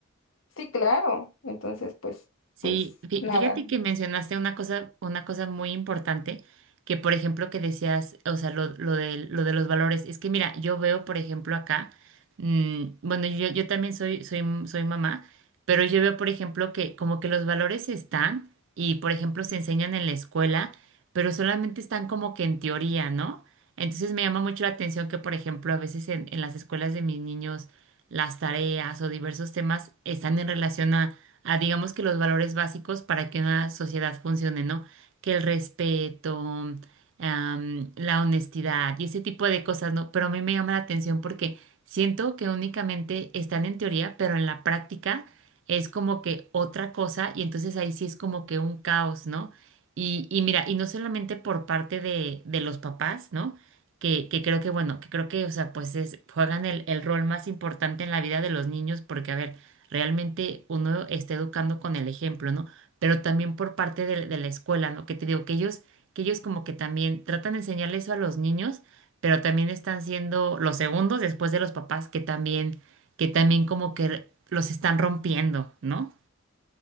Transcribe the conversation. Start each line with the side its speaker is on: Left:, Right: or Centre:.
Left: Sí, claro. Entonces, pues,
Right: Sí,
Left: pues
Right: fí-
Left: nada.
Right: fíjate que mencionaste una cosa, una cosa muy importante, que por ejemplo que decías, o sea, lo, lo de, lo de los valores. Es que mira, yo veo, por ejemplo, acá, mm, bueno, yo, yo también soy, soy, m- soy mamá, pero yo veo, por ejemplo, que como que los valores están y, por ejemplo, se enseñan en la escuela, pero solamente están como que en teoría, ¿no? Entonces me llama mucho la atención que, por ejemplo, a veces en en las escuelas de mis niños, las tareas o diversos temas están en relación a a digamos que los valores básicos para que una sociedad funcione, ¿no? Que el respeto, am, la honestidad y ese tipo de cosas, ¿no? Pero a mí me llama la atención porque siento que únicamente están en teoría, pero en la práctica es como que otra cosa y entonces ahí sí es como que un caos, ¿no? Y, y mira, y no solamente por parte de, de los papás, ¿no? Que, que creo que, bueno, que creo que, o sea, pues es, juegan el, el rol más importante en la vida de los niños porque, a ver, realmente uno está educando con el ejemplo, ¿no? Pero también por parte de, de la escuela, ¿no? Que te digo, que ellos, que ellos como que también tratan de enseñar eso a los niños, pero también están siendo los segundos después de los papás que también, que también como que los están rompiendo, ¿no?